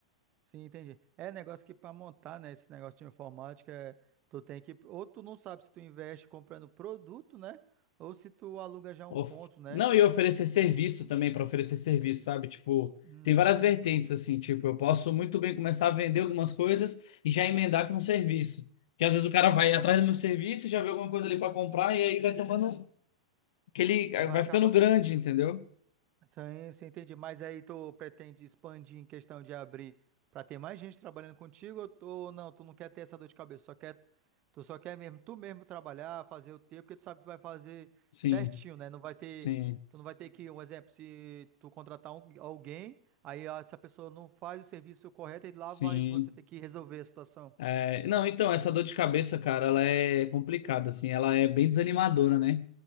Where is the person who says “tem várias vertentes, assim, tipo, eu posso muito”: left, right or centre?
Left